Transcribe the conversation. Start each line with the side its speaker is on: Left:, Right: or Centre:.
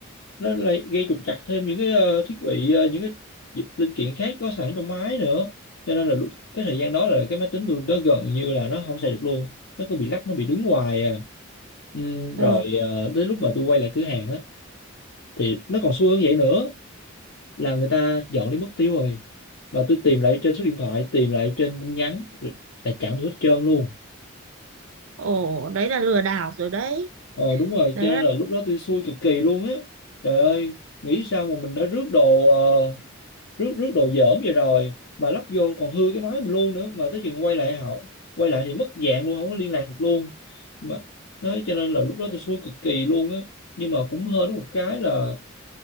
Left: nó lại gây trục trặc thêm những cái ờ, thiết bị ờ, những cái dịp- linh kiện khác có sẵn trong máy nữa cho nên là lúc cái thời gian đó là cái máy tính tôi nó gần như là nó không xài được luôn nó cứ bị lắc nó bị đứng hoài à ừ,
Right: Ờ,
Left: rồi ờ, tới lúc mà tôi quay lại cửa hàng á thì nó còn xui hơn vậy nữa là người ta dọn đi mất tiêu rồi và tôi tìm lại trên số điện thoại tìm lại trên tin nhắn là chẳng thấy hết trơn luôn
Right: ồ, đấy là lừa đảo rồi đấy.
Left: ờ đúng rồi
Right: Đấy
Left: cho nên
Right: là,
Left: là lúc đó tôi xui cực kỳ luôn á trời ơi nghĩ sao mà mình đã rước đồ ờ, rước rước đồ dởm vậy rồi mà lắp vô còn hư cái máy mình luôn nữa mà tới chừng quay lại hậu quay lại thì mất dạng luôn không có liên lạc được luôn mà đó, cho nên là lúc đó tôi xui cực kỳ luôn á nhưng mà cũng hên có một cái là